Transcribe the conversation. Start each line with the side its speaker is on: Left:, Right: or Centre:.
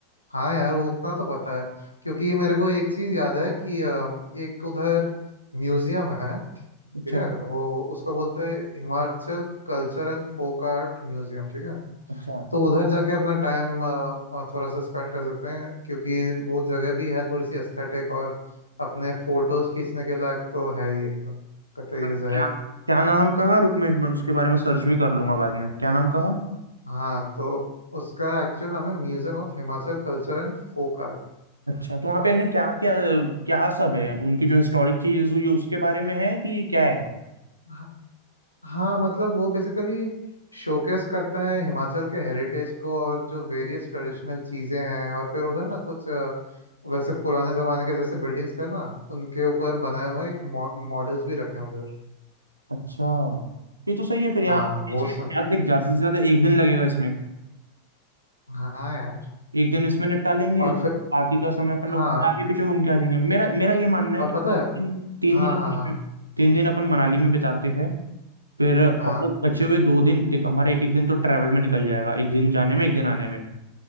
Left: हाँ यार वो उतना तो पता है क्योंकि मेरे को एक चीज़ याद है कि अम, एक उधर म्यूजियम है ठीक
Right: अच्छा
Left: है वो उसको बोलते हैं Himachal culture and folk art museum ठीक है
Right: अच्छा
Left: तो उधर जाके अपना टाइम थोड़ा सा स्पेंड कर सकते हैं क्योंकि वो जगह भी है थोड़ी सी एस्थेटिक और अपने फोटोज खींचने के लायक तो है ही एकदम कतई
Right: तो क्या
Left: जहर
Right: क्या नाम कहा रुक मैं एक मिनट उसके बारे में सर्च भी कर लूंगा बाद में क्या नाम कहा
Left: हाँ तो उसका एक्चुअल नाम है museum of Himachal culture and folk art
Right: अच्छा तो वहाँ पे यानी क्या क्या क्या सब है उनकी जो हिस्टोरिक चीजें हुई है, उसके बारे में है कि क्या है
Left: हाँ हाँ, मतलब वो बेसिकली शोकेस करता है हिमाचल के हेरिटेज को और जो वेरियस ट्रेडिशनल चीज़ें हैं और फिर उधर ना कुछ अ, वैसे पुराने ज़माने के जैसे बिल्डिंग्स थे ना उनके ऊपर बनाए हुए एक मॉडल्स भी रखे हैं उधर
Right: अच्छा ये तो सही है फिर यहाँ
Left: हाँ वो
Right: इसमें
Left: सब
Right: ज्यादा देख ज्यादा से ज्यादा एक दिन लगेगा इसमें
Left: हाँ यार
Right: एक दिन इसमें निपटा लेंगे
Left: और फिर
Right: बाकी का समय अपन लोग
Left: हाँ
Right: आगे पीछे घूम के आ जाएंगे मेरा मेरा ये मानना है
Left: और
Right: कि
Left: पता है
Right: तीन तीन
Left: हाँ
Right: दिन अपन
Left: हाँ हाँ
Right: तीन दिन अपन मनाली में बिताते हैं फिर और
Left: हाँ
Right: बचे हुए दो दिन देख हमारा एक एक दिन तो ट्रैवल में निकल जाएगा एक दिन जाने में एक दिन आने में